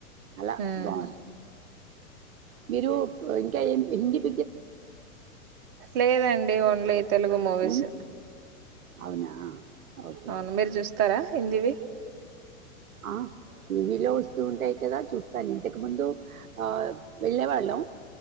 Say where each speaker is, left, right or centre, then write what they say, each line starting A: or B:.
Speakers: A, on the right; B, on the right.
A: అలా
B: హ్మ్
A: బాగుంటది మీరుప్ ఓ ఇంకా ఏం హిందీప్
B: లేదండి ఓన్లీప్ తెలుగు మూవీస్
A: మ్మ్. అవునా ఓకే
B: అవును
A: ఓకే
B: మీరు చూస్తారా హిందీవి
A: ఆ! టీవీలో వస్తూ ఉంటాయి కదా చూస్తాను ఇంతకు ముందు ఆ వెళ్ళే వాళ్ళం